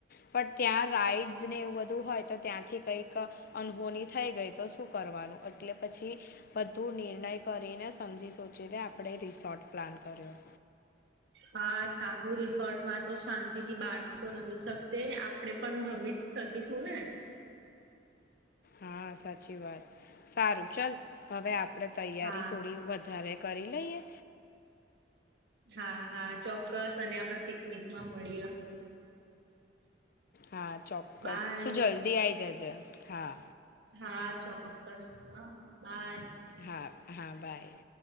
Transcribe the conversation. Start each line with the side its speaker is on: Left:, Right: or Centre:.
Left: પણ ત્યાં રાઇડ્સને એવું બધું હોય તો ત્યાંથી કંઈક અનહોની થઈ ગઈ તો શું કરવાનું એટલે પછી બધું નિર્ણય કરીને સમજી સોચીને આપણે રિસોર્ટ પ્લાન કર્યો
Right: હા સારું રિસોર્ટમાં તો શાંતિ થી બાળકો રમી શકશે ને આપડે પણ રમી જ સકી શું ને
Left: હા સાચી વાત સારું ચાલ હવે આપણે તૈયારી
Right: હા
Left: થોડી વધારે કરી લઈએ
Right: હા હા ચોક્કસ અને આપડ પિકનિક માં મળીએ હ
Left: હા ચોક્કસ
Right: બાય
Left: તું જલ્દી આવીઈ જજે હા.
Right: હા ચોક્કસ બાય
Left: હા હા બાય